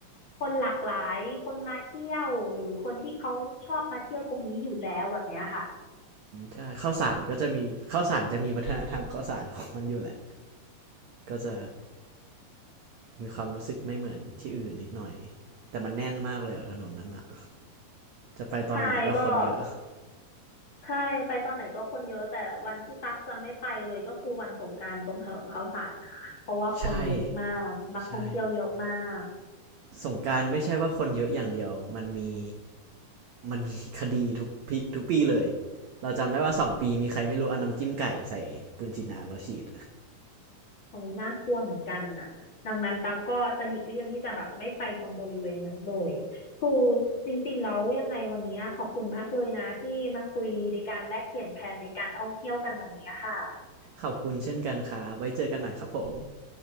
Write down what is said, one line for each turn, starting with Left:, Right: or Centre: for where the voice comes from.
Left: คนหลากหลายคนมาเที่ยวหรือคนที่เขาชอบมาเที่ยวตรงนี้อยู่แล้วแบบเนี้ยค่ะ
Right: ใช่ข้าวสารก็จะมีข้าวสารจะมีวัฒนธรรมข้าวสารของมันอยู่แหละก็จะมีความรู้สึกไม่เหมือนที่อื่นนิดหน่อยแต่มันแน่นมากเลยอะถนนนั้นอะ จะไปตอนไหนก็คนเยอะ
Left: ใช่ก็ ใช่ไปตอนไหนก็คนเยอะแต่วันที่ตักจะไม่ไปเลยก็คือวันสงกรานต์ตรงถนนข้าวสารนะเพราะว่าคนเยอะมากนักท่องเที่ยวเยอะมาก
Right: ใช่ ใช่สงกรารไม่ใช่ว่าคนเยอะอย่างเดียว มันมีมันมีคดีทุกปีทุกปีเลย เราจำได้ว่าสองปีมีใครไม่รู้เอาน้ำจิ้มไก่ใส่ปืนฉีดน้ำแล้วฉีด
Left: ตรงนี้น่ากลัวเหมือนกันน่ะดังนั้นตักก็จะหลีกเลี่ยงที่จะแบบไม่ไปตรงบริเวณนั้นเลยคือจริงๆแล้วยังไงวันนี้ขอบคุณมากเลยนะที่มาคุยในการแลกเปลี่ยนแผนในการท่องเที่ยวกันวันนี้ค่ะ
Right: ขอบคุณเช่นกันค่ะไว้เจอกันใหม่ครับผม